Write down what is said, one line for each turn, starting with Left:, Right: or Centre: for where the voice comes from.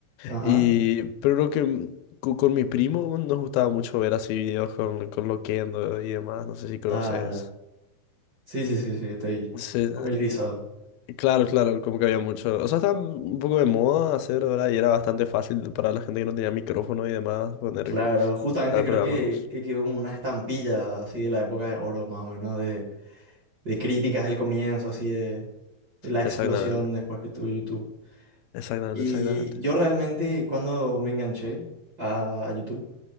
Right: Ajá.
Left: Y, pero lo que mm, co- con, mi primo nos gustaba mucho ver así videos con, con Loquendo y demás, no sé si conoces.
Right: Ah, ya. Sí, sí, sí, sí, estoy
Left: Sí,
Right: familiarizado.
Left: Claro, claro, como que había mucho. O sea, estaba un poco de moda hacer, ¿verdad? Y era bastante fácil para la gente que no tenía micrófono y demás poner
Right: Claro,
Left: que
Right: justamente
Left: el
Right: creo
Left: programa.
Right: que,
Left: vos.
Right: que quedó como una estampilla así de la época de oro, más o menos, de, de críticas del comienzo, así de, de la explosión
Left: Exactamente,
Right: después que tuvo YouTube.
Left: exactamente,
Right: Y
Left: exactamente.
Right: yo realmente cuando me enganché a, a YouTube